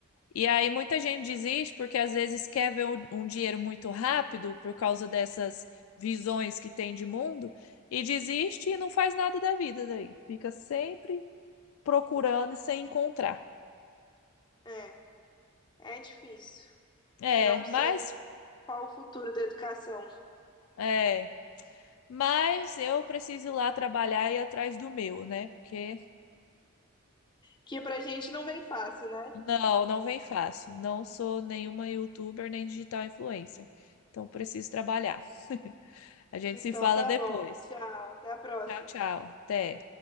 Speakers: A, on the left; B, on the left.
A: E aí muita gente desiste porque às vezes quer ver um, um dinheiro muito rápido por causa dessas visões que tem de mundo e desiste e não faz nada da vida daí. Fica sempre procurando e sem encontrar.
B: É, é difícil.
A: É,
B: Não sei
A: mas
B: qual o futuro da educação,
A: é, mas eu preciso ir lá trabalhar e ir atrás do meu, né? Porque
B: que pra gente não vem fácil, né?
A: não, não vem fácil. Não sou nenhuma youtuber nem digital influencer. Então preciso trabalhar. A gente
B: Então
A: se fala
B: tá
A: depois.
B: bom. Tchau. Até a próxima.
A: Tchau, tchau. Até.